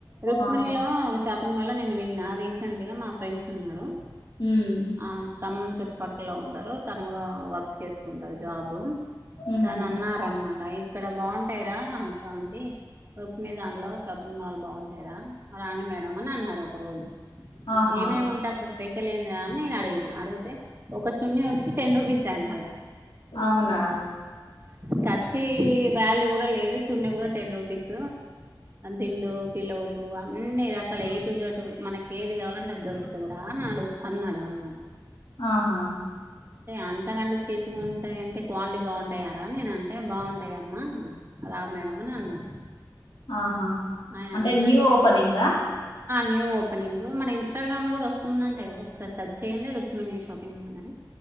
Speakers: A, on the right; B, on the left.
A: రుక్మిణిలో
B: ఆహా
A: షాప్ లో నేను విన్నా రీసెంట్ గా మా ఫ్రెండ్స్ ఉన్నారు
B: ఉమ్
A: ఆ ఖమ్మం చుట్టుపక్కల ఉంటారు తను కూడా వర్క్ చేస్తుంటారు జాబు
B: ఉహు
A: దాని అన్న అనమాట ఇక్కడ బాగుంటాయిరా శాంతి రుక్ మదాన్ లో షాపింగ్ మాల్ బాగుంటాదా రాం మేడం అని అన్నారు ఒక రోజు
B: ఆహా
A: ఏమేమి ఉంటా స్పెషల్ ఏంటి అడిగిన అడిగితే ఒక చున్న వచ్చి టెన్ రూపీస్ ఏడి అలా
B: అవునా
A: ఖచ్చి వాల్యూ కూడా లేదు చున్న కూడా టెన్ రూపీస్ దిండు పిల్లౌస్ అన్ని రకాల ఏటు జటు మనకి ఏది కావాలంటే అది దొరుకుతుంది రా అన్నాడు అన్నాడు అన్నాడు
B: ఆహా
A: అఅంతకంటే చీప్గా ఉంటాయింటే క్వాలిటీ బాగుంటాయారా నేన అంటే బాగుంటాయమ్మా మేడంని అన్నారు
B: ఆహా
A: ఆయన
B: అంటే
A: అన్నాడు
B: న్యూ ఓపెనింగ్
A: న్యూ ఓపెనింగ్ మన ఇన్స్టాగ్రామ్ లో కూడా వస్తుందంటే కదా ఒకసారి సెర్చ్ చేయండి రుక్మిణి షాపింగ్ మాల్ అని